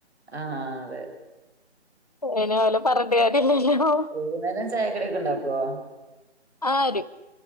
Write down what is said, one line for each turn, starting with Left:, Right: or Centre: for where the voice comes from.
Right: ആഹ് അതെ.
Left: എന വലോം പറഞ്ട്ട് കാര്യല്ലല്ലോ.
Right: വൈകുന്നേരം ചായക്കടിയൊക്കെ ഉണ്ടാക്കുവോ?
Left: ആ ഒരു